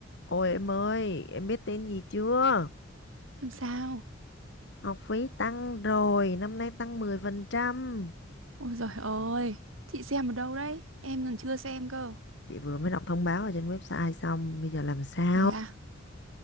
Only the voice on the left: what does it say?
Ôi em ơi, em biết tên gì chưa?
Học phí tăng rồi, năm nay tăng 10%.
Chị vừa mới đọc thông báo ở trên website xong, bây giờ làm sao?